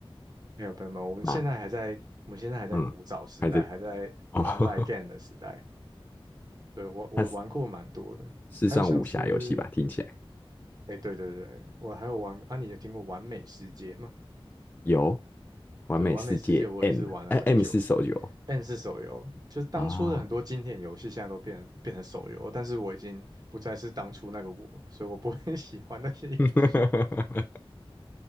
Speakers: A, on the right (about 40°); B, on the left (about 20°).
A: 没有朋友们，我们现在还在，
B: 吗？
A: 我们现在还在古早时代，
B: 嗯，还在
A: 还在
B: 哦，
A: online
B: <laughs>
A: game 的时代。对，我我玩过蛮多的，
B: 它是是算武侠游戏吧？
A: 还有像是，
B: 听起来
A: 哎，对对对，我还有玩啊，你有听过《完美世界》吗？
B: 有《完美世界
A: 对，《完美世界》我也是玩了很久。
B: M》，哎，M 是手游
A: N 是手游，就是当初的很多经典游戏现在都变变成手游，
B: 啊。哦
A: 但是我已经不再是当初那个我了，所以我不会 <laughs> 喜欢那些游戏。
B: <laughs>